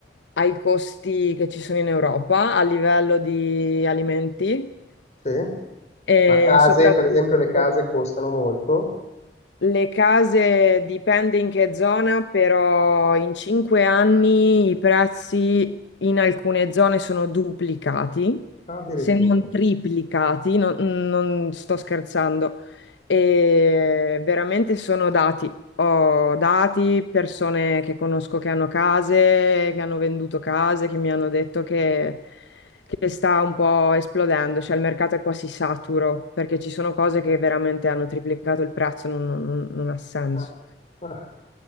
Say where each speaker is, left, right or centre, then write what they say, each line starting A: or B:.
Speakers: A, on the left; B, on the left.
A: ai costi che ci sono in Europa a livello di alimenti
B: sì?
A: e
B: Ma case,
A: soprattutto
B: per esempio, le case costano molto?
A: le case dipende in che zona, però in cinque anni i prezzi in alcune zone sono duplicati,
B: Ah, Addirittura.
A: se non triplicati, non, non sto scherzando. E veramente sono dati. Ho dati, persone che conosco che hanno case, che hanno venduto case, che mi hanno detto che che sta un po' esplodendo, cioè il mercato è quasi saturo perché ci sono cose che veramente hanno triplicato il prezzo, non, non- non- non ha senso.
B: Ah, ah.